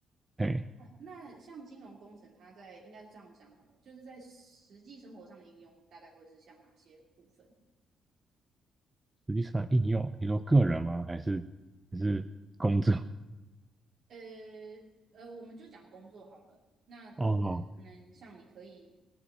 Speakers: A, on the right; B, on the right.
A: 哎，
B: 那那像金融工程，它在应该是这样讲好了，就是在实际生活上的应用大概会是像哪些部分？
A: 实际上应用，你说个人吗？还是还是工作？
B: 呃呃，我们就讲工作好了，那就是可能像你可以
A: <laughs> 哦，